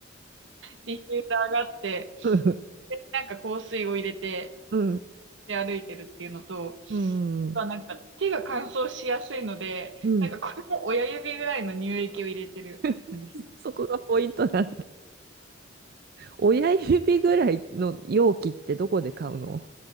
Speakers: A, on the right; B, on the right.
A: ディフューザーがあって、
B: うん
A: で、なんか香水を入れて、
B: うん
A: で歩いてるっていうのと、
B: うんうん。
A: まあとはなんか手が乾燥しやすいので、
B: うん。
A: なんかこれも親指ぐらいの乳液を入れてるんです。
B: <laughs> そこがポイントなんだ。親指ぐらいの容器ってどこで買うの